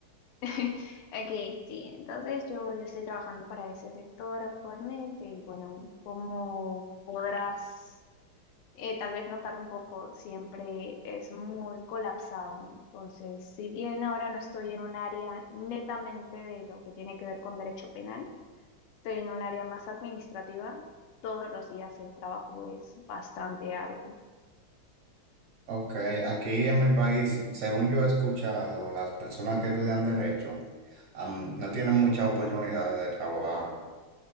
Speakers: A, on the left (about 85°); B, on the right (about 50°).
A: <laughs> Aquí sí, entonces yo, yo estoy trabajando para ese sector actualmente y bueno, como podrás eh, tal vez notar un poco, siempre es muy colapsado, ¿no? Entonces, si bien ahora no estoy en un área netamente de lo que tiene que ver con derecho penal, estoy en un área más administrativa, todos los días el trabajo es bastante arduo.
B: Ok, aquí en mi país, según yo he escuchado, las personas que estudian derecho, am, no tienen muchas oportunidades de trabajo.